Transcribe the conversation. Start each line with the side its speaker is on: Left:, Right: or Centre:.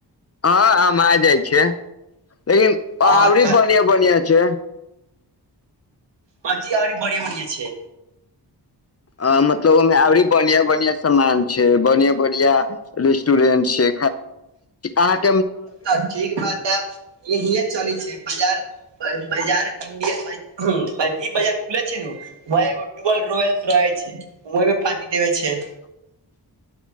Left: हँ आम आ जाइ छै लेकिन पाबरी
Right: हँ तऽ
Left: बढ़िया बढ़िया छै
Right: बची आररी बढ़िआ बढ़िआ छै
Left: अ मतलब अमे आबरी बनआ बनआ सामान छै बढ़िया बढ़िया रेस्टोरेंट छै आ <inaudible>
Right: तऽ ठीक बात हे चली छै बाजार बार इंडिया भी बाजार खुले छै व एगो ट रोलस रहे छै उममे पाटी देबे छै
Left: <inaudible>